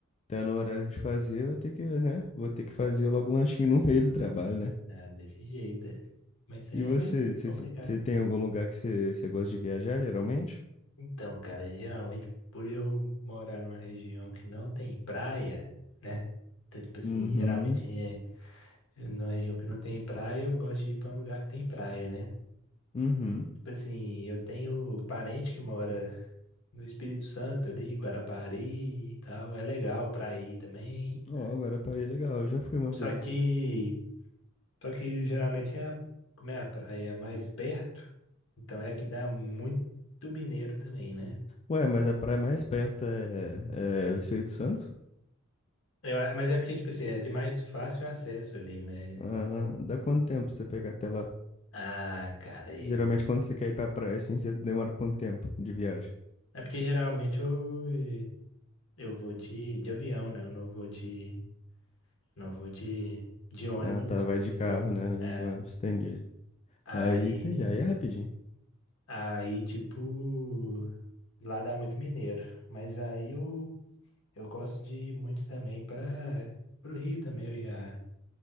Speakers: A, on the left; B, on the left.
A: Tá no horário de fazer, vai ter que, né? Vou ter que fazer logo um lanchinho no meio do trabalho, né?
B: Dá desse jeito, é. mas isso
A: E
B: aí é
A: você,
B: meio
A: você
B: complicado.
A: você- você tem algum lugar que você, você gosta de viajar, geralmente?
B: Então, cara, geralmente por eu morar numa região que não tem praia, né? Então, tipo assim,
A: Uhum,
B: geralmente é numa região que não tem praia, eu gosto de ir pra um lugar que tem praia, né?
A: uhum.
B: Tipo assim, eu tenho parente que mora no Espírito Santo ali, Guarapari e tal, é legal pra ir também.
A: Ó, agora a parei legal, eu já fui uma
B: Só
A: vez.
B: que, só que geralmente é a, como é a praia mais perto, então é a que dá muito mineiro também, né?
A: Ué, mas a praia mais perto é, é Espírito Santo?
B: Eu a- mas é porque, tipo assim, é de mais fácil acesso ali, né?
A: Ah, dá quanto tempo pra você pegar até lá?
B: Ah, cara, eu.
A: Geralmente quando você quer ir pra praia, assim, você demora quanto tempo de viagem?
B: É porque geralmente eu, eu vou de, de avião, né? Eu não vou de. Não vou de, de ônibus,
A: Ah, tá,
B: não,
A: vai
B: entendeu?
A: de carro, né?
B: É.
A: né, De ônibus, entendi.
B: Aí.
A: Aí, entendi, aí é rapidinho.
B: Aí, tipo. Lá dá muito mineiro. Mas aí eu, eu gosto de ir muito também para pro Rio também. Eu já,